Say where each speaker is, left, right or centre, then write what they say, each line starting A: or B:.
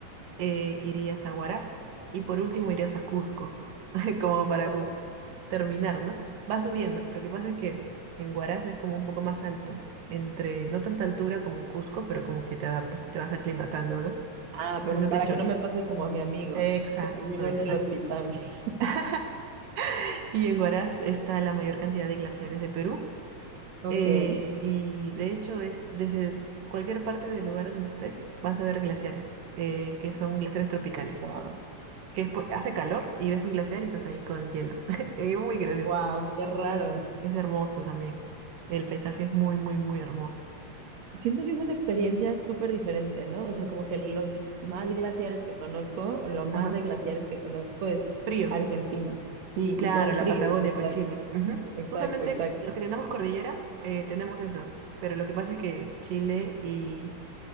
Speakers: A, on the right; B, on the right.
A: eh, irías a Huaraz y por último irías a Cusco, <laughs> como para
B: Ok.
A: como terminar, ¿no? Va subiendo, pero lo que pasa es que en Huaraz es como un poco más alto, entre no tanta altura como Cusco, pero como que te adaptas, te vas aclimatando, ¿no?
B: Ah,
A: Para
B: pero
A: que no
B: para
A: te choque.
B: que no me pase como a mi amigo,
A: Exacto,
B: que terminó
A: exacto.
B: en el hospital. <laughs>
A: <laughs> Y en Huaraz está la mayor cantidad de glaciares de Perú.
B: Ok.
A: eh, y de hecho es desde cualquier parte del lugar donde estés, vas a ver glaciares, eh, que son glaciares tropicales.
B: Wow.
A: que después hace calor y ves un glaciar y estás ahí con el hielo. <laughs> Es muy gracioso.
B: Wow, qué raro.
A: Es hermoso también. El paisaje es muy, muy, muy hermoso.
B: Siento que es una experiencia súper diferente, ¿no? O sea, como que los más glaciares que conozco, lo más
A: Ajá.
B: de glaciares que conozco es
A: Frío.
B: Argentina. Sí,
A: Claro,
B: y son
A: la
B: fríos,
A: Patagonia
B: exacto,
A: con Chile. Ujú.
B: exacto,
A: Justamente
B: exacto.
A: los que tenemos cordillera, eh, tenemos eso. Pero lo que pasa es que Chile y,